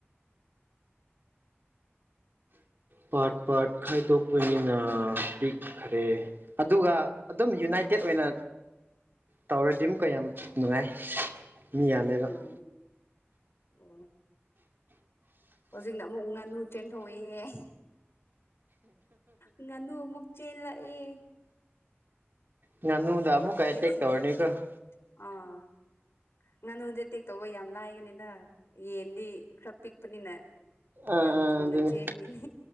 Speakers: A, on the right; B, on the left.
A: ꯄꯥꯔꯠ - ꯄꯥꯔꯠ ꯈꯥꯏꯗꯣꯛꯄꯅꯤꯅ ꯄꯤꯛꯈ꯭ꯔꯦ ꯑꯗꯨꯒ ꯑꯗꯨꯝ ꯌꯨꯅꯥꯏꯇꯦꯠ ꯑꯣꯏꯅ ꯇꯧꯔꯗꯤ ꯑꯃꯨꯛꯀ ꯌꯥꯝ ꯅꯨꯡꯉꯥꯏ꯫ ꯃꯤ ꯌꯥꯝꯃꯦꯕ
B: ꯎꯝ
A: ꯫
B: ꯑꯣ꯫ ꯍꯧꯖꯤꯛꯅ ꯑꯃꯨꯛ ꯉꯥꯅꯨ ꯆꯦꯟꯊꯣꯛꯑꯦ꯫ ꯉꯥꯅꯨ ꯑꯃꯨꯛ ꯆꯦꯜꯂꯛꯏ꯫
A: ꯉꯥꯅꯨ ꯗ ꯑꯥꯃꯨꯛꯀ ꯑꯦꯇꯦꯛ
B: ꯁꯤꯗꯤ
A: ꯇꯧꯔꯥꯅꯤ ꯀꯣ ꯫
B: ꯑꯥ ꯉꯥꯅꯨꯗꯤ ꯑꯦꯇꯦꯛ ꯇꯧꯕ ꯌꯥꯝ ꯂꯥꯏꯒꯅꯤꯗ ꯌꯦꯟꯗꯤ ꯈꯔ ꯄꯤꯛꯄꯅꯤꯅ
A: ꯑꯥ
B: ꯌꯥꯝ
A: ꯑꯥ
B: ꯊꯨꯅ
A: ꯑꯗꯨꯅꯤ
B: ꯆꯦꯟꯈꯤꯅꯤ